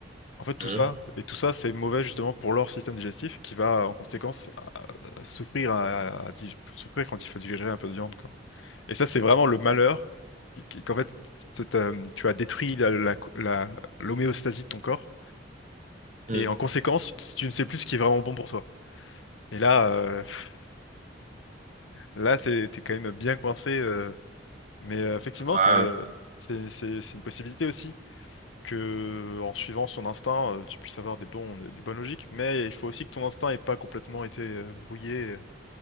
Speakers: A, on the left (about 80°); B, on the right (about 40°).
A: En fait, tout
B: Mm,
A: ça, et tout ça, c'est mauvais justement pour leur système digestif qui va en conséquence à- à souffrir, à- à dig- souffrir quand il faut digérer un peu de viande, quoi. Et ça, c'est vraiment le malheur qui- qui- qu'en fait, t- t'as- tu as détruit la, la- la- l'homéostasie de ton corps.
B: mm.
A: Et en conséquence, tu ne sais plus ce qui est vraiment bon pour toi. Et là, euh, pff, là, t'es, t'es quand même bien coincé. euh. mais euh, effectivement,
B: Ouais,
A: ça, euh, c'est, c'est- c'est une possibilité aussi. que en suivant son instinct, euh, tu puisses avoir des bons, des bonnes logiques, mais il faut aussi que ton instinct ait pas complètement été euh, brouillé.